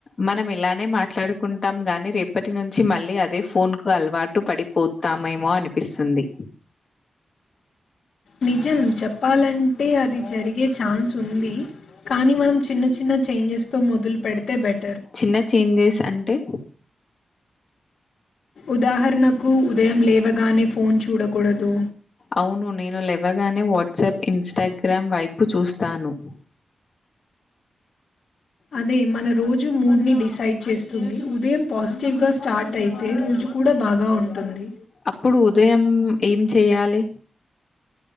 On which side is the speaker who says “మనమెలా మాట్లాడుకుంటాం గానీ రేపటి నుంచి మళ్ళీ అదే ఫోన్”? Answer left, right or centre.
Left